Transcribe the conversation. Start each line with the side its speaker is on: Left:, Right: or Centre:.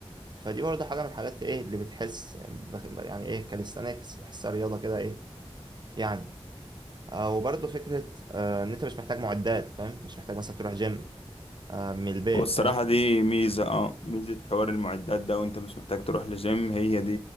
Right: فدي برضه حاجة من الحاجات ايه اللي بتحس بخ- يعني ايه كاليستانكس بحسها رياضة كده ايه يعني آه، وبرضه فكرة آه، ان انت مش محتاج معدات فاهم مش محتاج مثلا تروح جيم آه، من البيت
Left: والصراحة
Right: فاهمني
Left: دي ميزة اه ميزة حوار المعدات ده وانت مش محتاج تروح لجيم هي دي